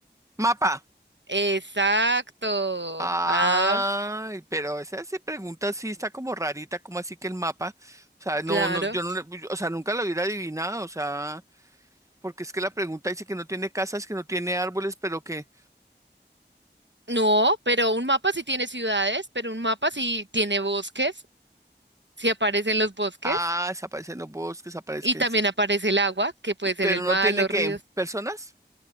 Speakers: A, on the right; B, on the right.
A: Mapa.
B: Exacto.
A: Ay,
B: Ah,
A: pero esa, esa pregunta sí está como rarita, como así que el mapa, o sea, no,
B: claro.
A: no, yo no, le- yo- o sea, nunca lo hubiera adivinado, o sea, porque es que la pregunta dice que no tiene casas, que no tiene árboles, pero que,
B: No, pero un mapa sí tiene ciudades, pero un mapa sí tiene bosques, sí aparecen los bosques
A: ah, desaparecen los bosques, aparecen,
B: y también
A: sí,
B: aparece el agua, que puede ser
A: pero
B: el
A: no
B: mar,
A: tiene
B: los
A: qué
B: ríos.
A: personas.